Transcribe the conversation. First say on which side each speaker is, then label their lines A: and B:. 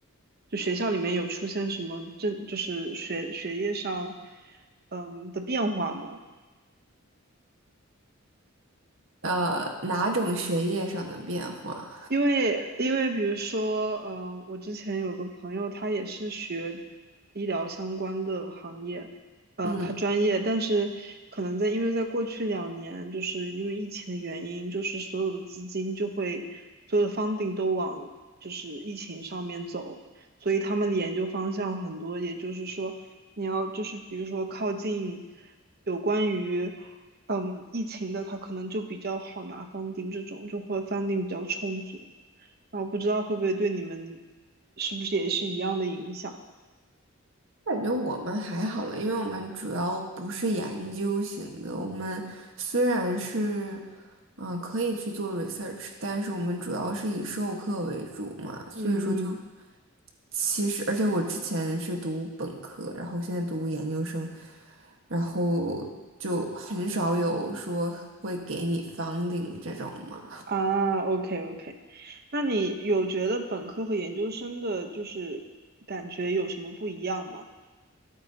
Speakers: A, on the right; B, on the right.
A: 就学校里面有出现什么政，就是学学业上嗯的变化吗？
B: 呃，哪种学业上的变化。
A: 因为因为比如说，嗯、我之前有个朋友，他也是学医疗相关的行业，嗯、
B: 嗯，
A: 他专业，但是可能在因为在过去两年，就是因为疫情的原因，就是所有的资金就会所有的 funding 都往就是疫情上面走，所以他们的研究方向很多，也就是说，你要就是比如说靠近有关于。嗯，疫情的他可能就比较好拿 funding 这种，就会 funding 比较充足，然后不知道会不会对你们是不是也是一样的影响？
B: 感觉我们还好了，因为我们主要不是研究型的。我们虽然是，嗯、可以去做 research，但是我们主要是以授课为主嘛，所以说就
A: 嗯，
B: 其实，而且我之前是读本科，然后现在读研究生，然后就很少有说会给你 funding 这种嘛。
A: 啊，OK OK，那你有觉得本科和研究生的就是感觉有什么不一样吗？